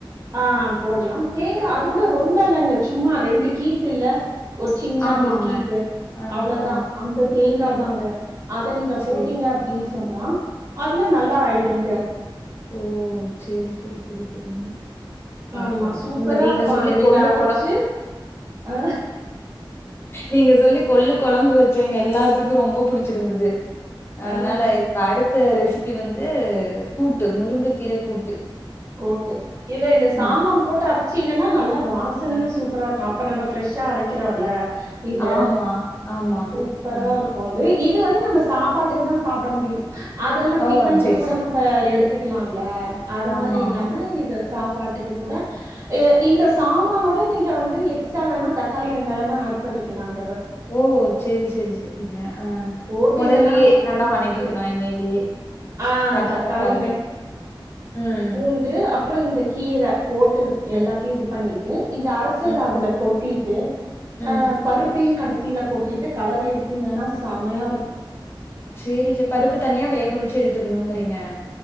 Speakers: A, on the right; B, on the left.
A: ஆஹ் போட்லா ஏங்க அது கூட ரொம்ப இல்லங்க சும்மா ரெண்டு கீ்த்துல்ல ஒரு சின்னத்து
B: ஆமாங்க
A: கீத்து
B: ஆ
A: அவ்ளோதான்
B: ஆ
A: அந்த தேங் காதாங்க அத நீங்க போட்டீங்க
B: சேரி
A: அப்டின் சொன்னா அதுலா நல்லா ஆயிடுங்க
B: ஓ சேரி சேரி செரி செரிங்க பாக்லான்
A: ஆமா சூப்பரா
B: ஒங்க நீங்க
A: இருக்கும்.
B: சொல்லி
A: அத நீங்க
B: கொள்ளு
A: அரச்சு
B: கொலம்பு
A: அ கு
B: நீங்க சொல்லி கொள்ளு கொலம்பு வெச் சேங்க எல்லார்த்துக்கும் ரொம்ப புடிச்சிருந்துது
A: ஆ
B: அதனால இப்ப அடுத்த ரெசிப் டி வந்து கூப் டு முருங்க கீர கூட்டு
A: கோட்டு இத இந்த சாமா
B: ஆ
A: போட்டு அரச்சிங்கனா நல்லா வாசனயா
B: ஆ.
A: சூப்பராருக் அப்ப நம்ப ஃப்ரெஷ்ஷா அரக்கிறோல்ல இத
B: ஆமா ஆமா
A: சூப்பரா
B: ஆ
A: இருக்கு அது இது வந்து நம்ம சாப்பாட்டுக்கு தா சாப்பிட முடியு அதெல்லா
B: ஓ
A: டிஃப்ன்க்கு
B: செரி
A: கூட
B: செரி
A: நம்ம எடுத் துக்கிலா இல்ல அது
B: ஆமா
A: மா திரி இல்லாம
B: ஆமாங்க.
A: இத சாப்பாட்டுக்கு கூட இந்த சாமானோட நீங்க வந்து எக்ஸ்ட்ரா வேணா தக்காளி வெங்காயமா ஏட் பண்ணிக்கலாங்
B: ஓ செரி செரி செரிங்க அ
A: போட்டீங்கன்னா
B: முதல்லயே நல்லா
A: தூக்கு
B: வணங்கிக்கணு எண்ணெய்லியே
A: ஆ
B: தக்
A: தக்காளி,
B: தக்காளியே உம்
A: ண்டு அப்றோ இந்த கீர போட்டு
B: ம்.
A: எல்லாத்தையு இது பண்ணி பண்ணிட்டு இந்த அரைச்சத
B: ம்.
A: அதுல கொட் டிட்டு
B: ம்.
A: ஆஹ் பருப்பையு கட சில கொட்டிட் டு கலறி எடுத்தீங்கன்னா செமையா இருந்
B: சேரி <unintelligible> பருப்பு தனியா வேக வச்சு எடுத்துக்கணுங்கிறீங்க